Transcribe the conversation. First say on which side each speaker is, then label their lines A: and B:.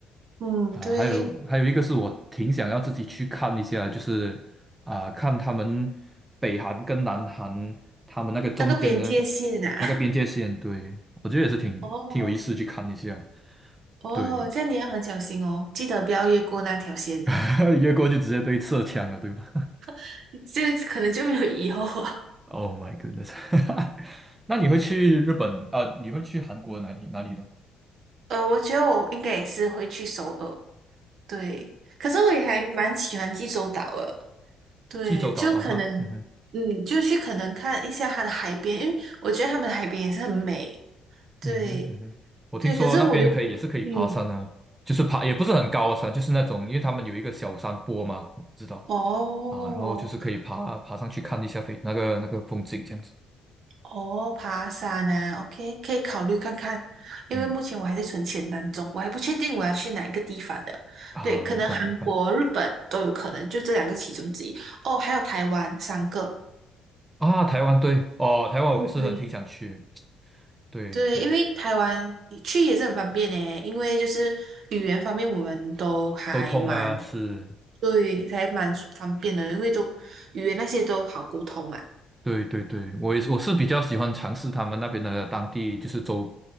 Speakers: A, on the right; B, on the right.
A: 嗯对，
B: 啊、还有还有一个是我挺想要自己去看一下，就是啊、看他们北韩跟南韩他们那个中间的
A: 那个边界线啊。
B: 那个边界线，
A: <laughs>
B: 对，我觉得也是挺挺有意思去看一下，
A: 哦哦，
B: 对，
A: 这样你要很小心哦，记得不要越过那条线的，
B: <laughs> 越过就直接被射枪了，对吧？
A: <laughs> 这可能就没有以后啊。
B: Oh my goodness！<laughs> 那你会去日本啊？你会去韩国哪里哪里呢？
A: 呃，我觉得我应该也是会去首尔，对。可是我也还蛮喜欢济州岛的，对，
B: 济州岛啊哈，
A: 就可能，
B: 嗯哼，
A: 嗯，就去可能看一下它的海边，因为我觉得他们的海边也是很美，对
B: 嗯哼，嗯哼，我听说那边可以也是可以爬山啊，
A: 对。可是我又不，嗯，
B: 就是爬也不是很高的山，就是那种因为他们有一个小山坡嘛，我不知道
A: 哦
B: 啊，然后就是可以爬爬上去看一下飞那个那个风景这样子，
A: 哦，爬山啊，OK，可以考虑看看，因为目前我还在存钱当中，
B: 嗯
A: 我还不确定我要去哪一个地方的，
B: 啊，
A: 对，可能韩国、
B: 明白明白
A: 日本都有可能，就这两个其中之一。哦，还有台湾三个。
B: 啊，台湾对哦，台湾我也是很挺想去，
A: 对
B: 对对，
A: 对，因为台湾去也是很方便呢，因为就是语言方面我们都还蛮，
B: 都通啊是。
A: 对，还蛮方便的，因为都语言那些都好沟通嘛。
B: 对对对，我也是，我是比较喜欢尝试他们那边的当地，就是走，